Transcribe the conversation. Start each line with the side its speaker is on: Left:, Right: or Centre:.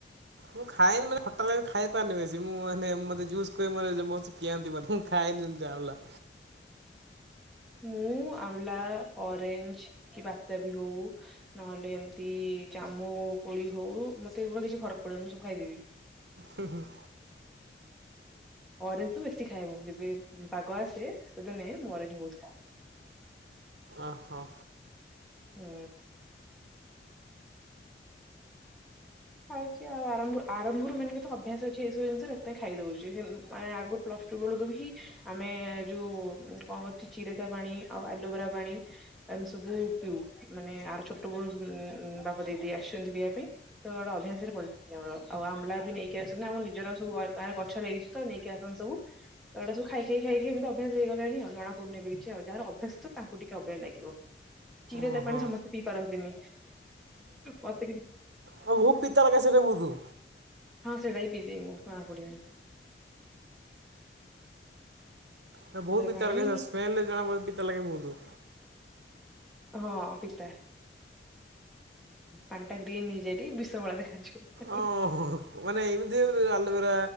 Right: ମୁଁ ଖାଇନି ମାନେ ଖଟା ଲାଗେ ଖାଇପାରେନି ବେଶୀ ମୁଁ ମାନେ ମତେ ଜୁସ୍ କୁହ ମୋ ବ ପିଆନ୍ତି ମାନେ ମୁ ଖାଇନି। ଯା ଉ ଲା।
Centre: ହୁଁ। ମୁଁ ଅମଲା ଅରେ୍ଜ କି ବାତାବି ହଉ ନହେଲେ ଏମତି ଜାମୁ ହଉ କୋଳି ହଉ ମତେ ଏଗୁଳିା କିଛି ଫରକ ପଡେନି ମୁଁ ସବୁ ଖାଇଦେବି।
Right: ହୁଁ ହୁଁ।
Centre: ଅରେଞ୍ଜ ତ ବେଶୀ ଖାଏ ମୁ ଯେବେ ପାଗ ଆସେ ଶୀତ ଦିନେ ମୁଁ ଅରେଞ୍ଜ ବହୁତ ଖାଏ।
Right: ଓ ହୋ।
Centre: ହୁଁ। ଖାଉଛି ଆଉ ଆରଭ ଆରମ୍ଭରୁ ମାନେ ଅଭ୍ୟାସ ଅଛି ଏସବୁ ଜିନିଷ ସେଥିାଇଁ ଖାଇଦଉଛି ଆଗରୁ ପ୍ଳ ଟୁ ବେଳରୁ ହିଁ ଆମେ ଯୋଉ କଣ କରୁଛି ଚିରେତା ପାଣି ଆଉ ଆଲୋଭେରା ପାଣି ଆମେ ସବୁ ପିଉ ମାନେ ଆର ଛୋଟ ବୋଉ ବାପା ଦେଇଦେଇ ଆସିଛନ୍ତି ପିଇବା ପାଇଁ ତ ଏଡା ଅଭ୍ୟାସରେ ଆଉ ଆମ୍ଳା ବି ନେଇକି ଆସ ଆମର ନିଜର ସବୁ ଗାଁରେ ଗଛ ଲାଗିଛି ତ ନେଇକି ଆସ ହଉ। ତଇଟା ସବୁ ଖାଇ ଖାଇ ଏମିତି ଅଭ୍ୟାସ ହେଇଗଲାଣି ଆଉ ଜଣା ପଡୁନେ କିଛି ଆଉ ଯାହାର ଅଭ୍ୟାସ ତ ତାଙ୍କୁ ଟିକେ ଅବାଗିୟା ଲାଗିବ। ଚିରେ
Right: ଓହୋ
Centre: ତା ପାଣି ସମସ୍ତେ ପିଇ ପାରନ୍ତିନି ମତେ କିଛି
Right: ଓଉ ଭହୁତ ପିତା ଲାଗେ ସେଇଟା ବହୁତ୍
Centre: ହଁ ସେଡ଼ା ବି ପିଇ ଦିଏ ମୁଁ ଜନାପଡ଼ିବନି।
Right: ବହୁତ ପିତା
Centre: ପାଣି
Right: ଲାଗେ ସ୍ମେଲରୁ ଜଣା ପିତା ଲାଗେ ବହୁତ।
Centre: ହଁ ପିତା ପାଣିଟା ଗ୍ରୀନ୍ ହେଇଯାଏ। ଭଳିଆ ଦେଖାଯିବ।
Right: ଓହୋ ମାନେ ଏମିତି ଅଲ୍ବେର